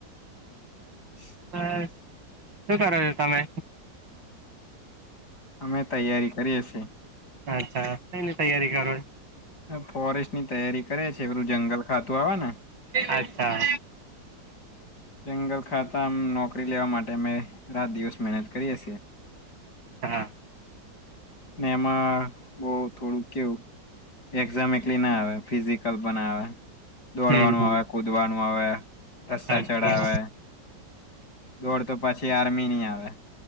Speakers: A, on the left; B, on the right.
A: <unintelligible>
B: હ, શું કરો છો તમે?
A: અમે તૈયારી કરીએ છીએ.
B: અચ્છા, શેની તૈયારી કરો?
A: ફોરેસ્ટ ની તૈયારી કરે છે, ઓલું જંગલ ખાતું આવે ને.
B: અચ્છા.
A: જંગલ ખાતામ નોકરી લેવા માટે, અમે રાત-દિવસ મહેનત કરીએ છે.
B: હા.
A: ને એમાં બઉ થોડુંક કેવું એક્ઝામ એકલી ના આવે, ફિઝિકલ પણ આવે, દોડવાનું
B: હમ હમ
A: આવે, કુદવાનું આવે. રસ્તા
B: અચ્છા
A: ચડાવે. દોડ તો પછી આર્મીની આવે